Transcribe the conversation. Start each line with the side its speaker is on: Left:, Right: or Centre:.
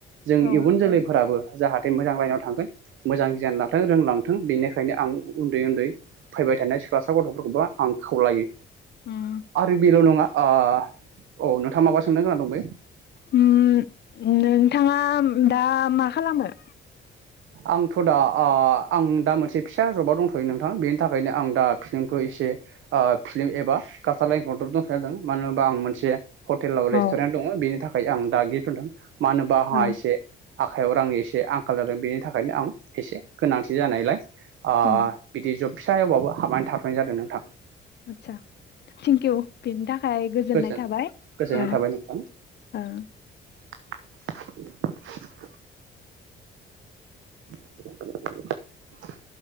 Right: जों
Left: औ
Right: इयुन जोलैफोराबो जाहाथे मोजां लाइनाव थांगोन मोजां गियान लाथों रोंलांथों बेनिखायनो आं उन्दै उन्दै फैबाय फरायबाय थानाय सिख्लासा गथ'फोरखौबो आं खावलायो
Left: उम
Right: आरो बेल' नङा ओ औ नोंथाङा माबा सोंनो गोनां? दंबायो
Left: उम नोंथाङा दा मा खालामो?
Right: आंथ' दा ओ आं दा मोनसे फिसा जबाव दंथ'यो नोंथां बेनि थाखायनो आं दा फिल्मखौ एसे मोनसे फिल्म एबा कालसार लाइनखौ दोथनाय जादों। मानो होनबा आं मोनसे हटेल बा
Left: औ
Right: रेस्टुरेन्ट दङ बेनि थाखाय आं दा गिफ्ट होनदों मानो होनोबा आंहा
Left: ओ
Right: एसे आखायाव रांनि एसे आंखाल जादों बेनि थाखाय ओंखायनो आं एसे गोनांथि जानायलाय ओ
Left: उम
Right: बिदि जब फिसा एवबाबो हाबनानै थाथ'नाय जादों नोंथां।
Left: आतसा। थिंकउ बिनि‌ था थाखाय गोजोननाय
Right: गोजोन
Left: थाबाय।
Right: गोजोननाय
Left: औ
Right: थाबाय नोंथां
Left: औ।
Right: <unintelligible> <unintelligible>